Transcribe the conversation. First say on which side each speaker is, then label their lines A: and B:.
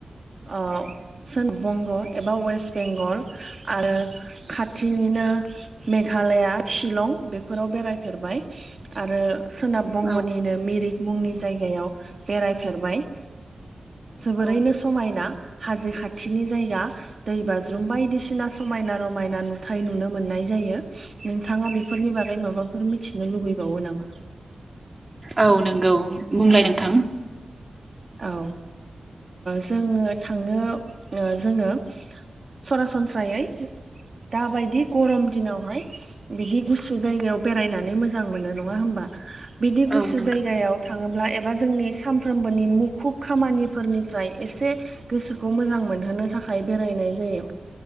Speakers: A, on the right; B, on the right.
A: ओ सोनाब बंग' एबा वेस्ट बेंगल आरो खाथिनिनो मेघालया शिलं बेफोराव बेरायफेरबाय आरो सोनाब बंग'निनो
B: औ
A: मिरिक मुंनि जायगायाव बेरायफेरबाय जोबोरैनो
B: औ
A: समायना हाजो खाथिनि जायगा दैबाज्रु म बायदिसिना समायना रमायना नुथाय नुनो मोननाय जायो नोंथाङा बेफोरनि बागै माबाफोर मिथिनो लुबैबावो नामा?
B: औ नंगौ बुंलाय नोंथां
A: औ जोङो थांनो जोङो सरासनस्रायै दाबायदि गरम दिनावहाय बिदि गुसु जायगायाव बेरायनानै मोजां मोनो नङा होम बा बिदि गुसु
B: औ नंगौ
A: जायगायाव थाङोब्ला एबा जोंनि सानफ्रोमबोनि मु खुब खामानिफोरनिफ्राय एसे गोसोखौ मोजां मोनहोनो थाखाय बेरायनाय जायो